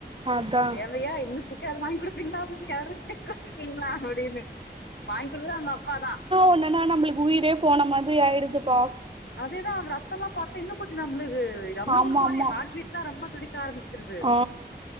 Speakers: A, on the right (about 30°); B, on the left (about 75°).
A: அதா
B: உங்ளுக்கு இந்த தேவையா ஊசி கே அது வாங்கி குடுப்பீங்களா து யாரு கட்டுப்பீங்ளா அப்டினு வாங்கிக் குடுத்தது அவுங்க அப்பாதான்
A: ஒன்னுனா நம்மளுக்கு உயிரே போன மாதிரி ஆயிடுது பா
B: அதேதா அது ரத்தலா பாத்த இன்னு கொஞ்சோ நம்ள இது நம்ளுக்கு
A: ஆமா
B: ஒரு மாரி
A: ஆமா
B: ஹார்ட் பீட்லா ரொம்ப துடிப் க்க ஆரம்பிச்சிருது
A: ஆ